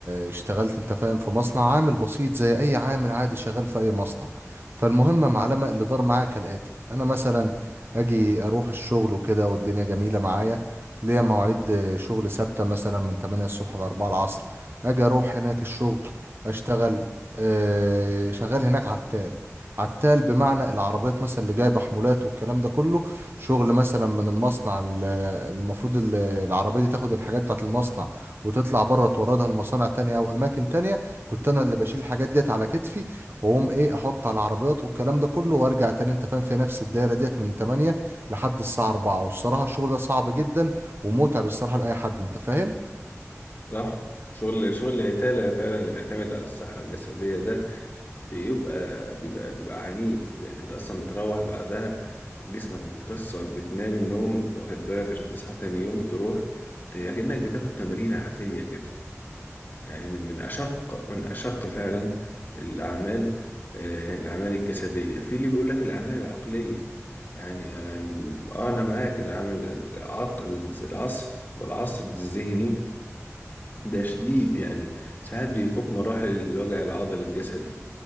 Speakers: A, on the right (about 45°); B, on the left (about 35°).
A: آه، اشتغلت انت فاهم في مصنع عامل بسيط زي اي عامل عادي شغال في اي مصنع فالمهم يا معلم اللي دار معايا كالاتي انا مثلا اجي اروح الشغل وكده والدنيا جميله معايا ليا مواعيد آه، شغل ثابته مثلا من 8 الصبح ل 4 العصر اجي اروح هناك الشغل اشتغل آه شغال هناك عتال عتال بمعنى العربيات مثلا اللي جايبه حمولات والكلام ده كله شغل مثلا من المصنع ال- المفروض ال- العربية دي تاخد الحاجات بتاعت المصنع وتطلع بره توردها لمصانع تانية أو أماكن تانية كنت أنا اللي بشيل الحاجات ديت على كتفي وأقوم إيه أحط على العربيات والكلام ده كله وأرجع تاني أنت فاهم في نفس الدايرة ديت من 8 لحد الساعة 4 والصراحة الشغل ده صعب جدا ومتعب الصراحة لأي حد أنت فاهم؟
B: صح شغل شغل العتالة فعلا اللي بيعتمد على الصحة الجسدية ده بيبقى بيبقى بيبقى عنيف يعني انت اصلا بتروح بعدها جسمك متكسر بتنام نوم واخد بالك عشان تصحى تاني يوم تروح ت- يعني كأنك بتاخد تمرين عافية كده يعني من من أشق من أشق فعلا الأعمال آه، الأعمال الجسدية في اللي بيقول لك الأعمال العقلية يعني يعني- آه أنا معاك العمل العقل العصف والعصر الذهني ده شديد يعني ساعات بيفوق مراحل الوجع العضلي الجسدي